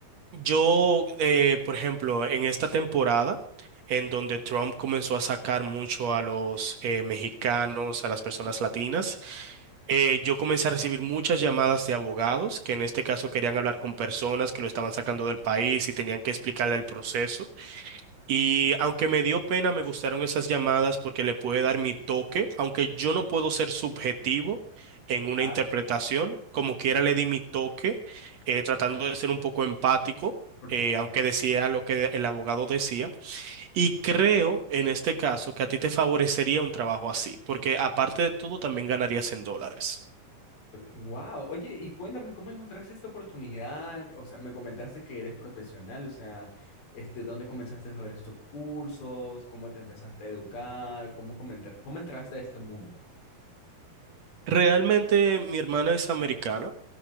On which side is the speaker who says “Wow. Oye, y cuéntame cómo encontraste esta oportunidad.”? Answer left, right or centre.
Left